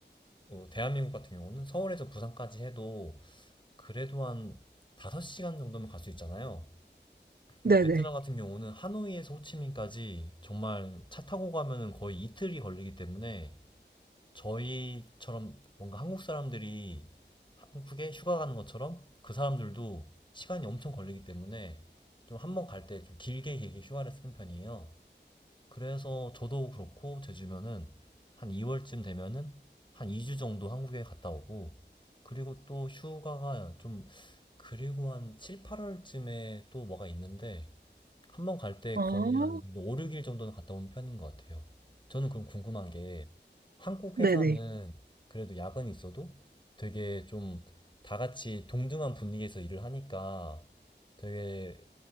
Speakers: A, on the left; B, on the right.
A: 어, 대한민국 같은 경우는 서울에서 부산까지 해도 그래도 한 5시간 정도면 갈 수 있잖아요. 근데
B: 네네.
A: 베트남 같은 경우는 하노이에서 호치민까지 정말 차 타고 가면은 거의 이틀이 걸리기 때문에 저희처럼 뭔가 한국 사람들이 한국에 휴가 가는 것처럼 그 사람들도 시간이 엄청 걸리기 때문에 좀 한 번 갈 때 좀 길게 길게 휴가를 쓰는 편이에요. 그래서 저도 그렇고 제 주변은 한 2월쯤 되면은 한 2주 정도 한국에 갔다 오고 그리고 또 휴가가 좀 그리고 한 7, 8월쯤에 또 뭐가 있는데 한 번 갈 때
B: 아,
A: 거의 한 그래도 5-6일 정도는 갔다 온 편인 것 같아요. 저는 그럼 궁금한 게 한국
B: 네네.
A: 회사는 그래도 야근이 있어도 되게 좀 다 같이 동등한 분위기에서 일을 하니까 되게